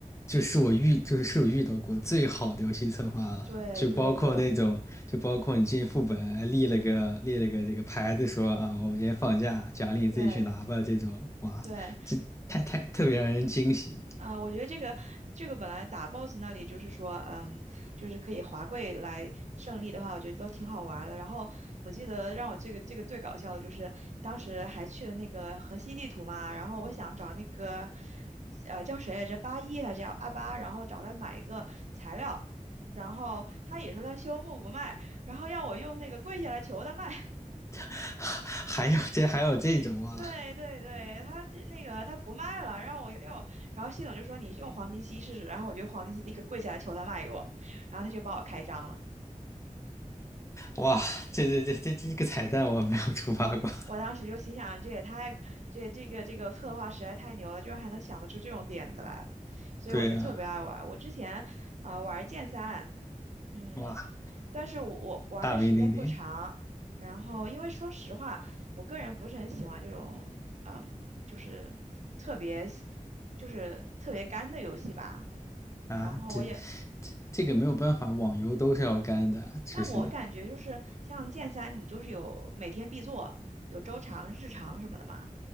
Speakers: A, on the left; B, on the right.
A: 就是我遇，就是是我遇到过最好的游戏策划了。
B: 对对对
A: 就包括那种，就包括你进副本还立了个立了个这个牌子说啊，我们今天放假，奖励你自己去拿吧。
B: 对
A: 这种哇，
B: 对
A: 这太太特别让人惊喜。
B: 啊、我觉得这个这个本来打 BOSS 那里就是说，嗯，就是可以滑跪来胜利的话，我觉得都挺好玩儿的。然后我记得让我这个这个最搞笑的就是当时还去了那个河西地图嘛，然后我想找那个呃叫谁来着，八一还是叫阿八，然后找他买一个材料，然后他也说他修木不卖，然后要我用那个跪下来求他卖。
A: <laughs> 还有这还有这种啊，
B: 对对对，他那个他不卖了，让我要，然后系统就说你用黄金期试试，然后我就黄金期立刻跪下来求他卖给我，然后他就帮我开张了。
A: 哇，这这这这这个彩蛋我没有触发过。
B: 我我当时就心想，这也太这这个这个策划实在太牛了，居然还能想得出这种点子来，所以我就特别爱玩我之前啊、
A: 对啊，
B: 呃玩剑三，嗯，
A: 哇，
B: 但是我我玩的时间不长，
A: 大名鼎鼎。
B: 然后因为说实话，我个人不是很喜欢这种，嗯，就是特别喜就是特别干的游戏吧。
A: 啊，
B: 然后我也，
A: 这这这个没有办法，网游都是要干的，就是
B: 但我感觉就是像剑三，你就是有每天必做，有周长、日常什么的嘛，